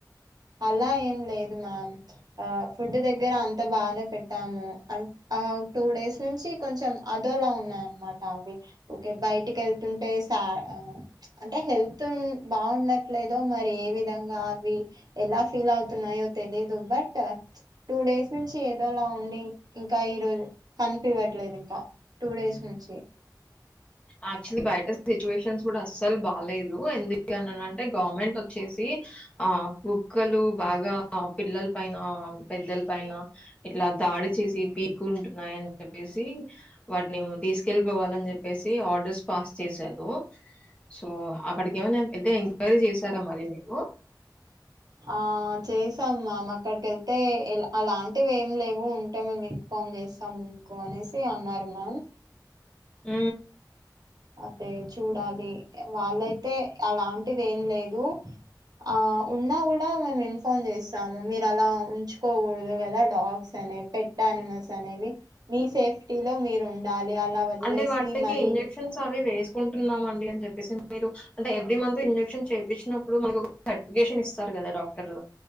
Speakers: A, on the right; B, on the left.
A: అలా ఏం లేదు మ్యామ్ ఆ ఫుడ్ దగ్గర అంత బానే పెట్టాము అ ఆ టూ డేస్ నుంచి కొంచెం అదోలా ఉన్నాయిన్నమాట అవి ఓకే బయటికి వెళ్తుంటే సా అ ప్చ్ అంటే హెల్త్ బాగుండట్లేదో మరి ఏ విధంగా అవి ఎలా ఫీల్ అవుతున్నాయో తెలీదు బట్ ట డేస్ నుంచి ఏదోలా ఉండి ఇంకా ఈరోజు కనిపివ్వట్లేదు ఇంకా టూ డేస్ నుంచి
B: యాక్చువలీ బయట సిచ్యువేషన్స్ కూడా అస్సలు బాలేదు ఎందుకని అంటే గవర్నమెంట్ వచ్చేసి ఆ కుక్కలు బాగా పిల్లల పైన పెద్దల పైన ఇట్లా దాడి చేసి పీకు ఉంటున్నాయ అని చెప్పేసి వాటిని తీసుకెళ్ళిపోవాలని చెప్పేసి ఆర్డర్స్ పాస్ చేసారు సో అక్కడికి ఏమ వెళ్తే ఎంక్వైరీ చేసారా మరి మీరు
A: ఆ చేసాం మ్యామ్ అక్కడికి వెళ్తే ఎల అలాంటివి ఏమి లేవు ఉంటే మేము ఇన్ఫామ్ చేస్తాము మీకు అనేసి అన్నారు మమ్
B: ఊ
A: అదే చూడాలి వాళ్ళయితే అలాంటిది ఏం లేదు ఆ ఉన్నా కూడా మేము ఇన్ఫామ్ చేస్తాము మీరు అలా ఉంచుకోకూడదు కదా డాగ్స్ అనేవి పెట్ ఆనిమల్స్ అనేవి మీ సేఫ్టీలో మీరు ఉండాలి అలా వదిలేసి
B: అంటే వాటికి
A: మళ్ళీ
B: ఇంజెక్షన్స్ అవి వేస్ తీసుకుంటున్నాంమండి అని చెప్పేసి మీరు అంటే ఎవ్రీ మంత్ ఇంజెక్షన్ చెపించినప్పుడు మనకి ఒక సర్టిఫికేషన్ ఇస్తారు కదా డాక్టర్